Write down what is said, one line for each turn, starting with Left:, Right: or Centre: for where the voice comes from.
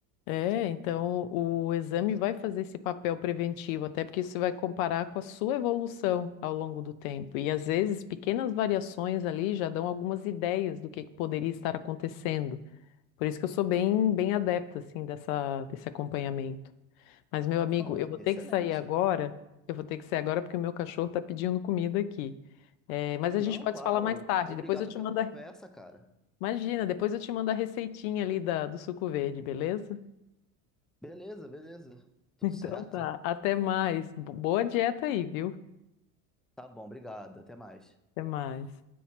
Left: É, então o exame vai fazer esse papel preventivo, até porque você vai comparar com a sua evolução ao longo do tempo. E às vezes pequenas variações ali já dão algumas ideias do que que poderia estar acontecendo. Por isso que eu sou bem, bem adepta assim dessa desse acompanhamento. Mas meu amigo,
Centre: Não,
Left: eu vou
Centre: excelente.
Left: ter que sair agora. Eu vou ter que sair agora porque o meu cachorro está pedindo comida aqui. É, mas a
Centre: Não,
Left: gente pode
Centre: claro.
Left: se falar mais tarde.
Centre: Obrigado
Left: Depois eu te
Centre: pela
Left: mando
Centre: conversa,
Left: a...
Centre: cara.
Left: Imagina, depois eu te mando a receitinha ali da, do suco verde, beleza?
Centre: Beleza, beleza.
Left: <laughs>
Centre: Tudo
Left: Então
Centre: certo.
Left: tá. Até mais. Bo- Boa dieta aí, viu?
Centre: Tá bom, obrigado. Até mais.
Left: Até mais.